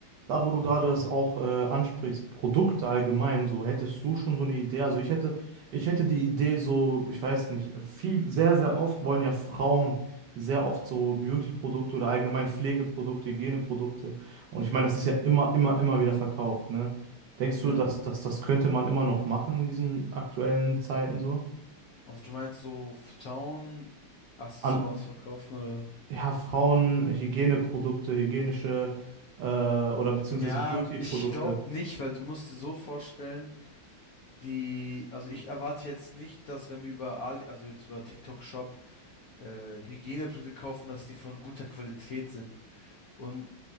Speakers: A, on the right; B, on the left.
A: Da, wo du gerade das auch äh, ansprichst, Produkte allgemein, so hättest du schon so eine Idee. Also ich hätte, ich hätte die Idee so, ich weiß nicht, viel, sehr, sehr oft wollen ja Frauen sehr oft so Beauty-Produkte oder allgemein Pflegeprodukte, Hygieneprodukte. Und ich meine, das ist ja immer, immer, immer wieder verkauft, ne? Denkst
B: Ja.
A: du, dass, dass das könnte man immer noch machen in diesen aktuellen Zeiten so?
B: Also du meinst so Town-Accessoires
A: An,
B: verkaufen oder?
A: ja, Frauen, Hygieneprodukte, hygienische äh, oder beziehungsweise
B: Ja,
A: Beauty-Produkte.
B: ich glaube nicht, weil du musst dir so vorstellen, die, also ich erwarte jetzt nicht, dass wenn wir über Ali, also jetzt über TikTok Shop äh, Hygieneprodukte kaufen, dass die von guter Qualität sind. Und